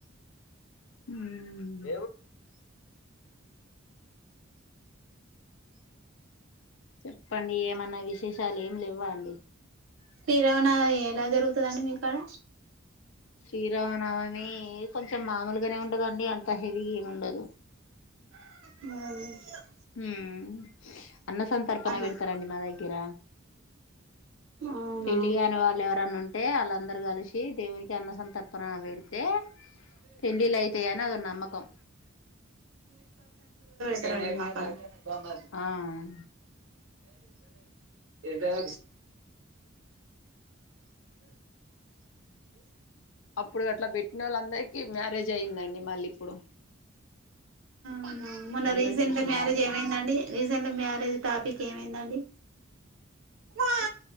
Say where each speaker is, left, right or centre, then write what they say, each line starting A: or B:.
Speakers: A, on the left; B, on the right.
A: ఉమ్ చెప్పండి ఏమన్నా విశేషాలు ఏం లేవా అండి
B: శ్రీ రామనవమి ఎలా జరుగుతుదండి మీకాడ
A: శ్రీరామనవమి కొంచెం మామూలుగానే ఉండదండి అంత హెవీ గేముండదు
B: ము
A: ఉమ్ అన్న సంతర్పణ
B: అన్న
A: పెడతారండి మా దగ్గర
B: అవునా
A: పెళ్లి కాని వాళ్ళు ఎవరన్ను టే ఆళ్ళందరు కలిషి దేవునికి అన్న సంత తర్పన వెడితే పెండ్లిల్లయితయని అదో నమ్మకం
B: <unintelligible> ఉమ్
A: ఆ
B: ఏదా
A: అప్పుడు అట్ల బెట్ట్నోళ్ళందరికిీ మ్యారేజ్ అయ్యిందండి మళ్ళిప్పుడు
B: అవునా మొన్న రీసెంట్
A: పెడతారో చూడాలండి
B: మ్యారేజ్ ఏమైందండి రీసెంట్ మ్యారేజ్ టాపిక్ ఏమైందండి కు